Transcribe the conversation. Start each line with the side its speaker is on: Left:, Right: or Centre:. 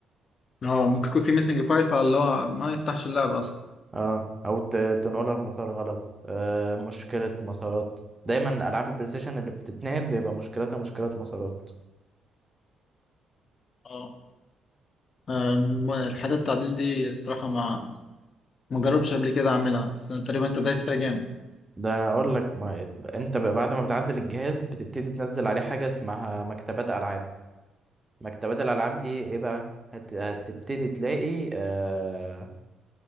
Left: اه ممكن يكون في ميسنج فايل فاللي هو ما يفتحش اللعبة اصلا
Right: اه او ت- تنقلها في مسار غلط آه، مشكلة مسارات دايما العاب البلاي ستيشن اللي بتتنقل بيبقى مشكلتها مشكلة مسارات
Left: اه أم، الحاجات التعديل دي الصراحة ما ما جربش قبل كده اعملها بس تقريبا انت دايس فيها جامد
Right: ده انا اقول لك ما انت بقى بعد ما بتعدل الجهاز بتبتدي تنزل عليه حاجة اسمها مكتبات العاب مكتبات الالعاب دي ايه بقى هت... هتبتدي تلاقي آه،